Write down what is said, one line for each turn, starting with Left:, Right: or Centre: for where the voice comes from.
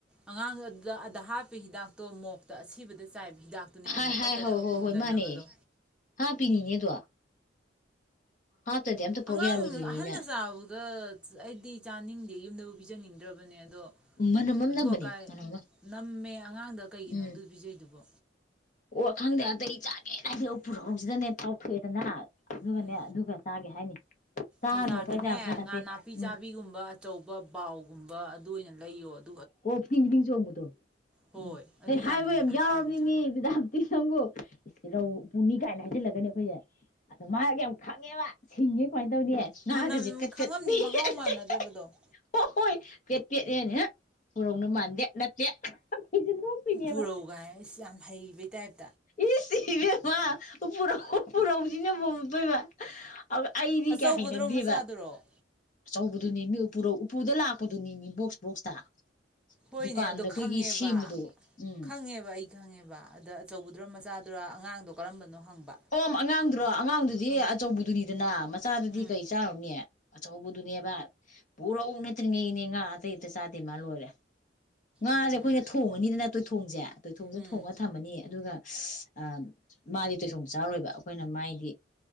Centre: ꯑꯉꯥꯡꯗꯨ ꯑꯗꯨꯗ ꯍꯥꯞ ꯍꯤꯗꯥꯛꯇꯣ ꯃꯣꯛꯇ ꯑꯁꯤꯕꯗ ꯆꯥꯏꯕ ꯍꯤꯗꯥꯛꯇꯨꯅꯦ ꯍꯥꯏꯕꯅꯦ
Left: ꯍꯥꯏ ꯍꯥꯏ
Centre: ꯄꯠꯇꯅꯕ
Left: ꯍꯣꯏ ꯍꯣꯏ
Centre: ꯄꯨꯝꯗꯅꯕꯗꯣ
Left: ꯍꯣꯏ ꯃꯥꯅꯦ ꯍꯥ ꯄꯤꯅꯤꯅꯦꯗꯣ ꯍꯥꯇꯗꯤ ꯑꯝꯇ ꯄꯨꯔꯛ
Centre: ꯑꯉꯥꯡ
Left: ꯌꯥꯔꯣꯏꯗꯣꯏꯅꯤꯅꯦ
Centre: ꯑꯍꯟꯅ ꯆꯥꯕꯗ ꯑꯩꯗꯤ ꯆꯥꯅꯤꯡꯗꯦ ꯌꯨꯝꯗꯕꯨ ꯄꯤꯖꯅꯤꯡꯗ꯭ꯔꯕꯅꯦꯅ ꯑꯗꯣ
Left: ꯃꯅꯝ ꯑꯃ
Centre: ꯑꯊꯣꯛꯑꯀꯥꯏ
Left: ꯅꯝꯕꯅꯦ ꯃꯅꯝ ꯑꯃ
Centre: ꯅꯝꯃꯦ ꯑꯉꯥꯡꯗ ꯀꯩꯒꯤꯅꯣ
Left: ꯎꯝ
Centre: ꯑꯗꯨ ꯄꯤꯖꯩꯗꯨꯕꯣ
Left: ꯑꯣ ꯈꯪꯗꯦ ꯑꯇꯩ ꯆꯥꯒꯦꯅ ꯍꯥꯏꯗꯤ ꯄꯨꯔꯛꯧꯁꯤꯗꯅꯦ ꯇꯥꯎꯊꯣꯛꯑꯦꯗꯅ ꯑꯗꯨꯗꯨꯒꯅꯦ
Centre: ꯎꯝ
Left: ꯑꯗꯨꯒꯗꯨꯒ ꯇꯥꯒꯦ ꯍꯥꯏꯅꯤ ꯆꯥꯅꯨ
Centre: ꯕꯖꯥꯔꯗꯅꯦ
Left: ꯑꯩꯈꯣꯏ ꯌꯥꯝ ꯆꯥꯟꯅꯗꯦ
Centre: ꯉꯥ ꯅꯥꯄꯤ
Left: ꯎꯝ
Centre: ꯆꯥꯕꯤꯒꯨꯝꯕ ꯑꯆꯧꯕ ꯕꯥꯎꯒꯨꯝꯕ ꯑꯗꯨ ꯑꯣꯏꯅꯅꯦ ꯂꯩ ꯌꯣꯠ
Left: ꯑꯣ ꯐꯤꯡ ꯐꯤꯅꯤꯡ ꯆꯣꯡꯕꯗꯣ
Centre: ꯍꯣꯏ
Left: ꯎꯝ
Centre: ꯑꯗꯨꯏ
Left: ꯑꯦ
Centre: ꯉꯥꯗꯨꯅꯦꯅ
Left: ꯍꯥꯏꯕ ꯌꯥꯝ
Centre: ꯍꯥꯏꯔꯤꯁꯦ
Left: ꯌꯥꯎꯔꯕꯅꯤ ꯃꯤ ꯃꯦꯗꯥꯝ ꯎꯤꯤꯁꯪꯕꯨ ꯔꯧ ꯎ ꯄꯨꯨꯅꯤ ꯀꯥꯏꯅ ꯍꯥꯏꯖꯤꯜꯂꯒꯅꯤ ꯑꯩꯈꯣꯏꯁꯦ ꯑꯗꯣ ꯃꯥ ꯌꯥꯝ ꯐꯪꯉꯦꯕ ꯁꯤꯡꯉꯦ ꯀꯃꯥꯏ ꯍꫭꯏꯅꯦ ꯉꯥꯒꯁꯦ
Centre: ꯃꯅꯝ
Left: ꯀꯠ
Centre: ꯈꯪꯉꯝꯅꯤ
Left: ꯀꯠ <unintelligible>
Centre: ꯃꯍꯥꯎ ꯃꯥꯟꯅꯗꯕꯗꯣ
Left: ꯍꯣ ꯍꯣꯏ ꯀꯠꯇꯦꯅꯦ ꯄꯨꯔꯧꯅ ꯃꯥꯟꯗꯦ ꯅꯠꯇꯦ ꯑꯩꯁꯦ ꯅꯣꯛꯇꯣꯏꯅꯦꯕ
Centre: ꯄꯨꯔꯧꯒꯥꯏ ꯁꯤ ꯌꯥꯝ ꯍꯩꯕꯩ ꯇꯥꯏꯞꯇ
Left: ꯏ ꯁꯤ ꯏꯃꯦꯃ ꯎꯄꯨꯔ ꯎꯄꯨꯔꯥꯎꯖꯤꯅꯦꯕꯣꯗꯣꯏꯕ ꯑ ꯑꯩꯗꯤ
Centre: ꯑꯆꯧꯕꯗꯨꯔꯣ
Left: ꯀꯌꯥ ꯍꯥꯏꯥꯏꯅ
Centre: ꯃꯆꯥꯗꯨꯔꯣ
Left: ꯗꯦꯕ ꯑꯆꯧꯕꯗꯨꯅꯤ ꯃꯤ ꯎꯄꯨꯗ ꯂꯥꯛꯄꯗꯨꯅꯤꯅꯤ ꯕꯣꯛꯁ ꯕꯣꯛꯁꯇ
Centre: ꯍꯣꯏꯅꯦ
Left: ꯗꯨꯀꯥꯟꯗ
Centre: ꯑꯗꯣ
Left: ꯑꯩꯈꯣꯏꯒꯤ
Centre: ꯈꯪꯉꯦꯕ
Left: ꯁꯦꯝꯕꯗꯣ ꯎꯝ
Centre: ꯈꯪꯉꯦꯕ ꯑꯩ ꯈꯪꯉꯦꯕ ꯑꯗ ꯑꯆꯧꯕ ꯑꯗꯨ꯭ꯔꯣ ꯃꯆꯥꯗꯨꯔ ꯑꯉꯥꯡꯗꯣ ꯀꯔꯝꯕꯅꯣ ꯍꯪꯕ
Left: ꯑꯣ ꯑꯉꯥꯡꯗꯣ <unintelligible> ꯑꯉꯥꯡꯗꯨꯗꯤ
Centre: ꯎꯝ
Left: ꯑꯆꯧꯕꯗꯨꯅꯤꯗꯅ ꯃꯆꯥꯗꯨꯗꯤ
Centre: ꯎꯝ
Left: ꯀꯔꯤ ꯆꯥꯔꯨꯅꯦ ꯑꯆꯧꯕꯗꯨꯅꯦꯕ ꯄꯨꯔꯧ ꯅꯠꯇ꯭ꯔꯤꯉꯩ ꯏꯅꯦ ꯉꯥ ꯑꯇꯩ ꯑꯃꯇ ꯆꯥꯗꯦ ꯃꯥ ꯂꯣꯏꯔꯦ꯫ ꯉꯥꯁꯦ
Centre: ꯎꯝ
Left: ꯑꯩꯈꯣꯏꯅ ꯊꯣꯡꯉꯅꯤꯗꯅ ꯇꯣꯏꯊꯣꯡꯁꯦ ꯇꯣꯏꯊꯣꯡꯁꯦ
Centre: ꯎꯝ
Left: ꯊꯣꯡꯉꯒ ꯊꯝꯃꯅꯤ ꯑꯗꯨꯒ ꯑꯁ ꯃꯥꯗꯤ ꯇꯣꯏꯊꯣꯡ ꯆꯥꯔꯣꯏꯕ ꯑꯩꯈꯣꯏꯅ ꯃꯥꯏꯗꯤ